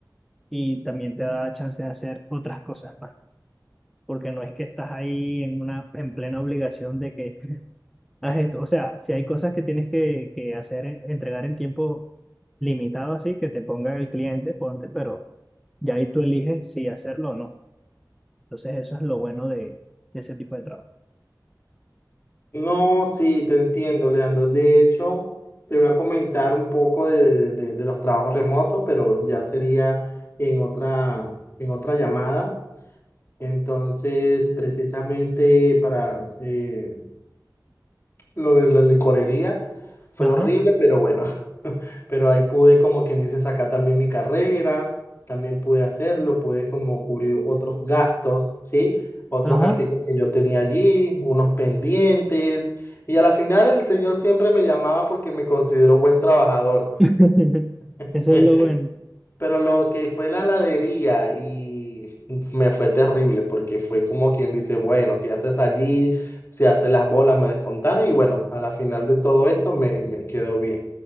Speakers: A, in the centre; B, on the left.
A: y también te da chance de hacer otras cosas más, porque no es que estás ahí en una, en plena obligación de que haz esto, o sea, si hay cosas que tienes que, que hacer, en- entregar en tiempo limitado así, que te ponga el cliente, ponte, pero ya ahí tú eliges si hacerlo o no. Entonces eso es lo bueno de, de ese tipo de trabajo.
B: No, sí, te entiendo, Leandro. De hecho, te voy a comentar un poco de, de- de- de los trabajos remotos, pero ya sería en otra, en otra llamada. Entonces, precisamente para eh, lo de la licorería, fue
A: Ajá,
B: horrible, pero bueno pero ahí pude, como quien dice, sacar también mi carrera, también pude hacerlo, pude como cubrir otros gastos, ¿sí? Otros
A: ajá.
B: gasticos que yo tenía allí, unos pendientes, y a la final el señor siempre me llamaba porque me consideró buen trabajador.
A: <laughs>
B: <laughs>
A: Eso es lo bueno.
B: Pero lo que fue la heladería y me fue terrible porque fue como quien dice, bueno, ¿qué haces allí? Se hace las bolas, me descontaron y bueno, a la final de todo esto me, me quedó bien.